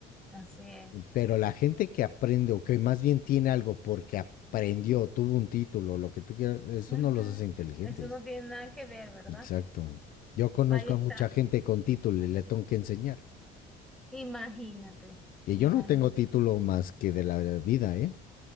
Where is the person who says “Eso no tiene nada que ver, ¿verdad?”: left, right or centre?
Centre